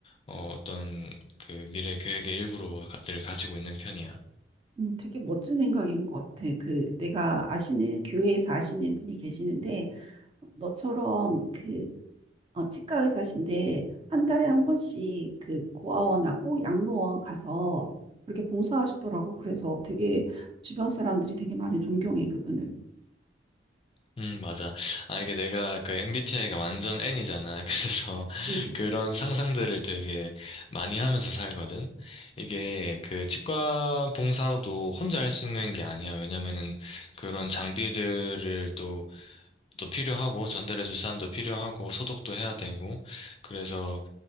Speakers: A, on the left (about 30°); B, on the right (about 30°).
A: 어, 어떤 그 미래 계획의 일부로 가- 늘 가지고 있는 편이야.
B: 음, 되게 멋진 생각인 것 같아. 그 내가 아시는 교회에서 아시는 분이 계시는데 너처럼 그 어, 치과 의사신데 한 달에 한 번씩 그 고아원하고 양로원 가서 그렇게 봉사하시더라고. 그래서 되게 주변 사람들이 되게 많이 존경해 그분을.
A: 음, 맞아. 아, 이게 내가 그 MBTI가 완전 N이잖아. <laughs> 그래서
B: 음,
A: 그런 상상들을 되게 많이 하면서 살거든. 이게 그 치과 봉사도 혼자 할 수 있는 게 아니야. 왜냐면은 그런 장비들을 또 또 필요하고 전달해줄 사람도 필요하고 소독도 해야 되고 그래서